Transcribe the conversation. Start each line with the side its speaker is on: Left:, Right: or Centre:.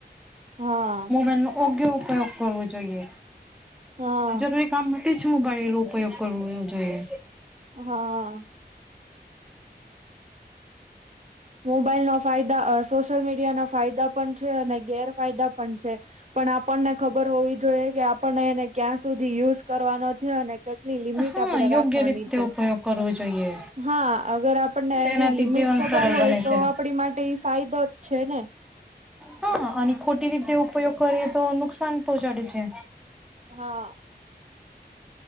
Right: હા
Centre: મોબાઈલ નો યોગ્ય ઉપયોગ કરવો જોઈએ
Right: હા
Centre: જરૂરી કામ માટેજ મોબાઈલ નો ઉપયોગ કરવો જોઈએ.
Right: હા મોબાઈલ નો ફાયદા, સોશિયલ મીડિયા ના ફાયદા પણ છે, અને ગેરફાયદા પણ છે. પણ આપણને ખબર હોવી જોઈએ કે આપણને એને ક્યાં સુધી યુઝ કરવાનો છે, અને કેટલી લિમિટ
Centre: હા
Right: તો આપડે
Centre: યોગ્ય
Right: રાખવાની
Centre: રીતે
Right: છે,
Centre: ઉપયોગ કરવો જોઈએ
Right: હા અગર આપને
Centre: તેનાથી
Right: એની લિમિટ
Centre: જીવન
Right: ખબર
Centre: સરળ
Right: હોય
Centre: બને
Right: તો
Centre: છે
Right: આપડી માટે ઈ ફાયદો જ છે ને.
Centre: હા અને ખોટી રીતે ઉપયોગ કરીએ તો નુકસાન પહોંચાડે છે.
Right: હા.